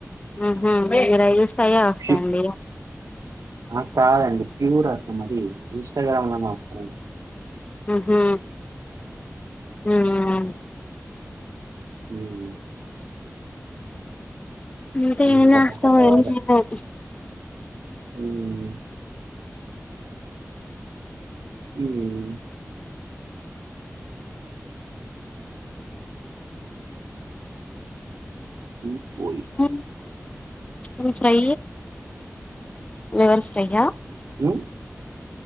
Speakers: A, on the left; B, on the right.
A: ఊహూ మరి అయి చూస్తే అయ్యో వస్తాయండి
B: ప్యూ ఆ కాదండి ప్యూర్ అసలు మది ఇన్స్టాగ్రామ్ లో నే వస్తాయండి
A: ఊహూ హ్మ్
B: హ్మ్
A: అంతే
B: హ్మ్
A: ఏం
B: వరకటార
A: చేస్తాం ఏమీ చేయలేం
B: హ్మ్ హ్మ్ హ్మ్ పోయి
A: ఉమ్ చికెన్ ఫ్రై లివర్ ఫ్రైయా
B: హ్మ్